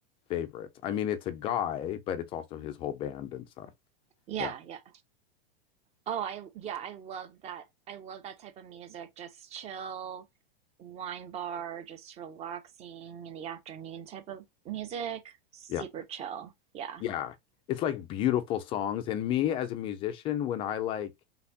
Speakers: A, on the left; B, on the right.
A: favorites. I mean, it's a guy, but it's also his whole band and stuff.
B: Yeah,
A: Yeah,
B: yeah. Oh, I yeah, I love that. I love that type of music. Just chill, wine bar, just relaxing in the afternoon type of music. Super
A: yeah,
B: chill. Yeah.
A: yeah. It's like beautiful songs. And me as a musician, when I like,